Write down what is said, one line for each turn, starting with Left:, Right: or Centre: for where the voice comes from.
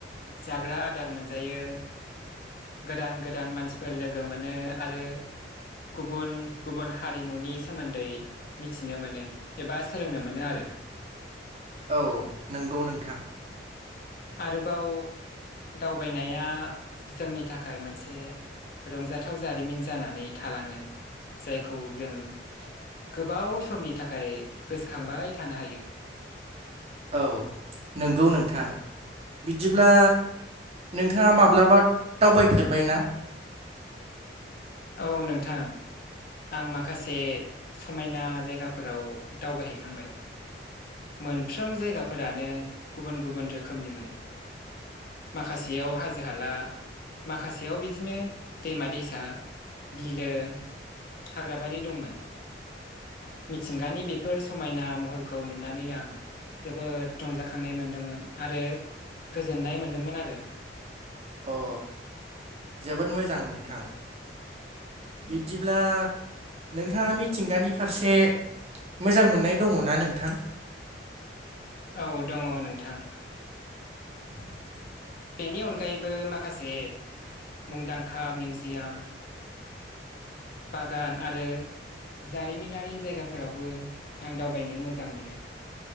Left: जाग्रा आदार मोनजायो। गोदान गोदान मानसिफोर लोगो मोनो आरो गुबुन गुबुन हारिमुनि सो सोमोन्दै मिथिनो मोनो एबा सोलोंनो मोनो आरो।
Right: औ नंगौ नोंथां।
Left: आरोबाव दावबायनाया जोंनि थाखाय मोनसे रंजाथाव जारिमिन जानानै थालाङो जायखौ जों। गोबाव समनि थाखाय गोसोखांबाय थानो हायो।
Right: औ नंगौ नोंथां बिदिब्ला। नोंथाङा माब्लाबा दावबायफेरबाय ना?
Left: औ नोंथां। आं माखासे समायना जायगाफोराव दावबायहैखांबाय।
Right: <unintelligible>
Left: मोनफ्रोम जायगाफोरानो गुबुन गुबुन रोखोमनिमोन। माखासेयाव हाजो हाला माखासेयाव बिदिनो। दैमा दैसा बिलो हाग्राबारि दंमोन। मिथिंगानि बेफोर समायना महरखौ नुनानै आं। जोबोद रंजाखांनाय मोनदोंमोन आरो गोजोननाय मोन्दोंमोन आरो।
Right: अ जोबोद मोजां नोंथां। बिदिब्ला नोंथाङा मिथिंगानि फारसे। मोजां मोननाय दङना नोंथां।
Left: औ दङ नोंथां।
Right: <unintelligible>
Left: बेनि अनगायैबो माखासे मुंदांखा मिउजियाम।
Right: <unintelligible>
Left: बागान आरो जारिमिनारि जायगाफोरावबो आं दावबायनो मोजां मोनो।